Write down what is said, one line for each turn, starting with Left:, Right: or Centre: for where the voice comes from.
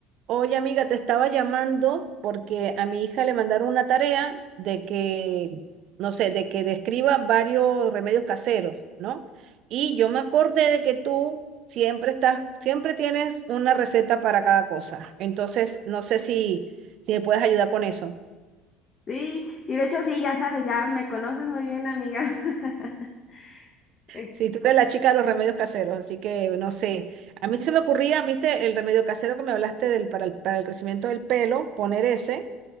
Right: Oye, amiga, te estaba llamando porque a mi hija le mandaron una tarea de que, no sé, de que describa varios remedios caseros, ¿no? Y yo me acordé de que tú siempre estás, siempre tienes una receta para cada cosa. Entonces, no sé si, si me puedes ayudar con eso.
Left: Sí, y de hecho sí, ya sabes, ya me conoces muy bien, amiga. <laughs> Es-
Right: Si tú eres la chica de los remedios caseros, así que no sé. A mí se me ocurría, viste, el remedio casero que me hablaste del, para el, para el crecimiento del pelo, poner ese.